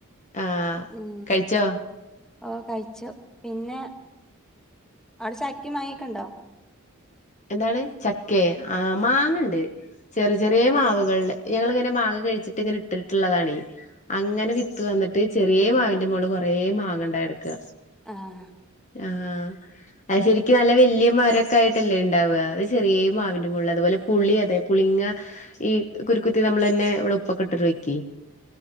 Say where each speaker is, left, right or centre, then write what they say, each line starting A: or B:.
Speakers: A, on the left; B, in the centre.
A: ആഹ്
B: ഉം
A: കഴിച്ചോ
B: ഓഹ് കഴിച്ചു പിന്നെ അടെ ചക്കെം മാങ്ങേക്കൊണ്ടോ
A: എന്താണ് ചക്കെ ആഹ് മാങ്ങണ്ട് ചെറു ചെറിയ
B: ആഹ്
A: മാവുകളില് ഞങ്ങളിങ്ങനെ മാങ്ങ കഴിച്ചിട്ട് ഇങ്ങനെ ഇട്ടിട്ടുള്ളതാണീ അങ്ങനെ വിത്ത് വന്നിട്ട് ചെറിയെ മാവിന്റെ മോള് കൊറേ മാങ്ങ ണ്ടായി എടക്ക്
B: ആഹ്
A: ആഹ് അത് ശരിക്ക് നല്ല വല്യ മരോക്കായിട്ടല്ലേ ഉ ണ്ടാവുക ഇത് ചെറിയെ മാവിന്റെ മോളില് അതുപോലെ പുളി അതെ പുളിങ്ങ ഈ കുരുക്കുത്തി നമ്മളന്നെ ഇവിടെ ഉപ്പൊക്കെട്ടിട്ട് വെക്കി